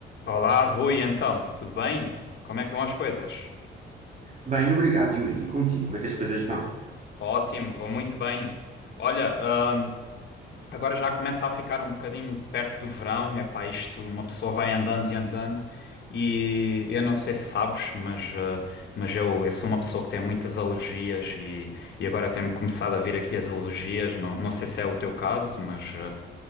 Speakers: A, on the left (about 60°); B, on the right (about 35°).
A: Olá, Rui, então, tudo bem? Como é que vão as coisas?
B: Bem, obrigado, Yuri. E contigo, como é que as coisas vão?
A: Ótimo, vou muito bem. Olha, ahm, agora já começa a ficar um bocadinho perto do verão, é pá, isto, uma pessoa vai andando e andando e eu não sei se sabes, mas, ah, mas eu, eu sou uma pessoa que tem muitas alergias e, e agora tem-me começado a vir aqui as alergias, não, não sei se é o teu caso, mas,